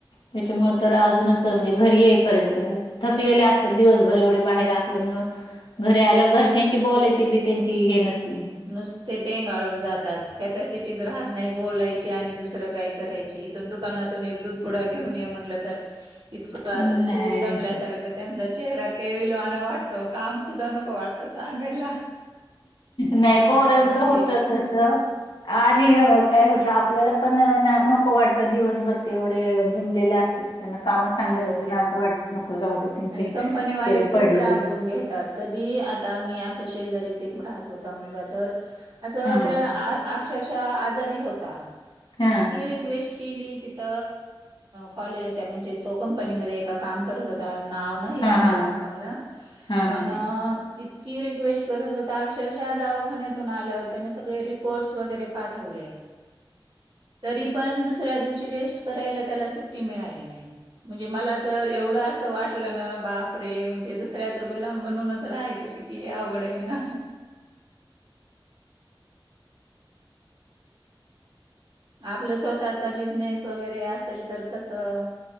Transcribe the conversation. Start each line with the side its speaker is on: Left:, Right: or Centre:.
Left: त्याच्यामुळ तर अजूनच म्हणजे घरी येईपर्यंत थकलेले असतात दिवसभर एवढे बाहेर असल्यामुळ घरी आल्यावर घरच्यांशी बोलायची बी त्यांची हे नसती
Right: नुसते पेंगाळून जातात कॅपॅसिटीच राहत नाही बोलायची आणि दुसरं काही करायथून दुकानातून एक दूध पुढा घेऊन ये म्हण तर इं त
Left: नाही
Right: असं खूप दमल्यासारखं त्यांचा चेहरा केविलवाना वाटतो काम सुद्धा नको वाटत तर सांगायला
Left: नाही पोरांचं
Right: असं आहे
Left: होत
Right: मुलांच
Left: तस आणि काय होतं आपल्याला पण नको वाटतं दिवसभर ते एवढे जमलेले असतात त्यांना काम सांगायच
Right: हो
Left: ना असं वाटत नको जाऊ दे त्यांचे
Right: आणि कंपनीवाले
Left: फरे
Right: खूप
Left: पडलेले
Right: राबवून घेतात. कधी आता आम्ही आमच्या शेजारीचे राहत होता मुलगा तर असं
Left: हा
Right: अक्षरशः आजारी हो
Left: हा
Right: इतकी रिक्वेस् केली तिथ कॉलेज त्या म्हणजे तो कंपनीमध्ये एका काम करत होता आता नाव नाही
Left: हा
Right: आठवत
Left: हा
Right: आता मला
Left: हा
Right: पण
Left: हा
Right: इतकी रिक्वेस्ट करत होता अक्षरशः दवाखान्यातून आल्यावर त्याने सगळे रिपोर्ट्स वगैरे पाठवले
Left: <inaudible>
Right: तरी पण दुसऱ्या दिवशी रेस्ट करायला त्याला सुट्टी मिळाली नाही म्हणजे मला तर एवढं असं वाटलं ना बापरे म्हणजे दुसऱ्याच गुलाम बनूनच राहायचं कि ते किती अवघड आहे ना आपलं स्वतःचा बिजनेस वगैरे असेल तर कसं